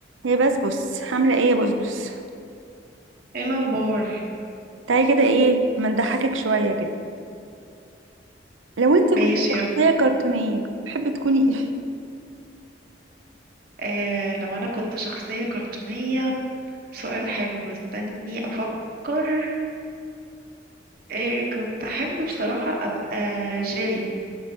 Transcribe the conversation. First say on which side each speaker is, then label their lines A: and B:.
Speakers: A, on the right; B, on the right.
A: هي بسبس عاملة ايه يا بسبس
B: ايه الاخبار
A: تعالي كده ايه ما نضحكك شوية كده لو انت كنت
B: ماشي
A: شخصية
B: يلا
A: كرتونية تحبي تكوني <laughs> ايه
B: آه لو انا كنت شخصية كرتونية سؤال حلو استني افكر آه كنت احب بصراحة ابقى جيري